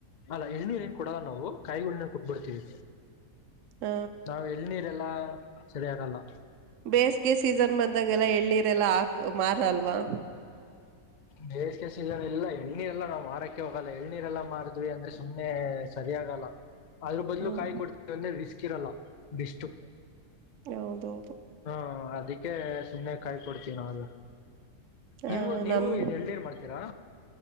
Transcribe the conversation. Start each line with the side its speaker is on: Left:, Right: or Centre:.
Left: ಅಲ್ಲ ಎಳ್ನೀರ್ ಏನ್ ಕೊಡಲ್ಲ ನಾವು ಕಾಯಿಗಳ ಕೊಟ್ಬಿಡ್ತೀವಿ
Right: ಹ
Left: ನಾವ್ ಎಳ್ನೀರೆಲ್ಲಾ ಸರಿ ಆಗಲ್ಲ ಹ
Right: ಬೇಸಗೆ ಸೀಸನ್ ಬಂದಾಗೆಲ್ಲ ಎಳ್ಳೀರೆಲ್ಲಾ ಹಾಕ್ ಮಾರಲ್ವಾ
Left: ಬೇಸ ಕೆಸ ಎಲ್ಲಾ ಎಳನೀರೆಲ್ಲಾ ನಾವ್ ಮಾರಕ್ಕೆ ಹೋಗಲ್ಲ ಎಳನೀರೆಲ್ಲ ಮಾರಿದ್ವಿ ಅಂದ್ರೆ ಸುಮ್ಮ್ನೆ ಸರಿ ಆಾಗಲ್ಲ ಅದ್ರ ಬದಲು
Right: ಹ್ಮ್
Left: ಕಾಯ್ ಕೊಡ್ತವಿ ಅಂದ್ರೆ ರಿಸ್ಕ್ ಕ್ಕಿರಲ್ಲ ಬೆಷ್ಟು
Right: ಹೌದೌದು
Left: ಹ ಅದಕ್ಕೆ ಸುಮ್ಮ್ನೆ ಕಾಯ ಕೊಡ್ತೀವಿ ನಾವೆಲ್ಲ ನೀವು
Right: ಆ
Left: ನೀವು
Right: ನಮ್
Left: ಏನ್ ಎಲ್ಡರ್ ಮಾಡ್ತೀರಾ